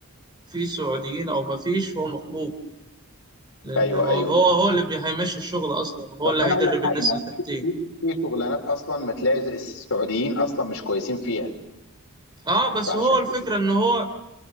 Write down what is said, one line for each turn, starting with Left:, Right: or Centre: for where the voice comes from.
Right: في سعوديين او ما فيش هو مطلوب لانه
Left: ايوه
Right: هو
Left: ايوه
Right: هو اللي بي- هيمشي الشغل اصلا هو
Left: طب
Right: اللي
Left: ما
Right: هيدرب
Left: انا اقول لك حاجه
Right: الناس
Left: ما
Right: اللي تحتيه
Left: في في في شغلانات اصلا ما تلاقي السعوديين اصلا مش كويسين فيها
Right: اه بس
Left: فعشان
Right: هو الفكره
Left: كده
Right: ان هو